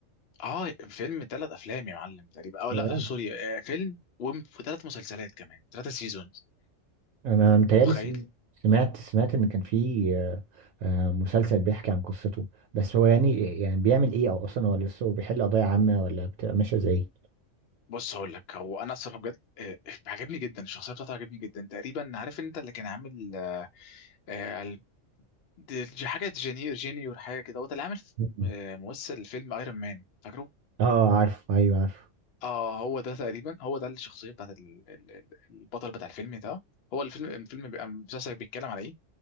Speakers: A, on the left; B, on the right.
A: اه فيلم ثلاث افلام يا معلم تقريبا او
B: بجد؟
A: لا سوري آه فيلم وثلاث مسلسلات كمان ثلاثة سيزونز
B: انا متهيألي
A: متخيل
B: سم- سمعت سمعت ان كان في آه، آه، مسلسل بيحكي عن قصته بس هو يعني يعني بيعمل ايه او اصلا هو لسه بيحل قضايا عامة ولا بتبقى ماشية ازاي
A: بص هقول لك هو انا الصراحه بجد آه عجبني جدا الشخصيه بتاعته عجبني جدا تقريبا عارف انت اللي كان عامل آه ال- دي- حاجه جينيور جينيور حاجه كده هو اللي عامل
B: مم.
A: آه ممثل فيلم ايرون مان فاكره
B: اه عارف ايوه عارف
A: اه هو ده تقريبا هو ده الشخصيه بتاعت ال- ال- ال- البطل بتاع الفيلم ده هو الفيلم الفيلم بيبقى المسلسل بيتكلم على ايه